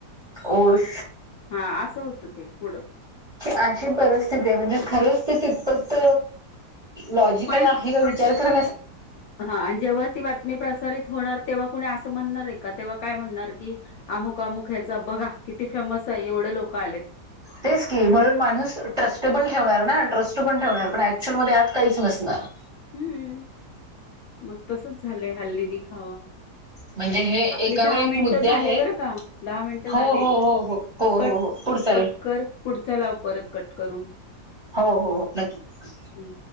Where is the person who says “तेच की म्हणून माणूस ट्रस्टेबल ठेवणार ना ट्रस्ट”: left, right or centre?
Right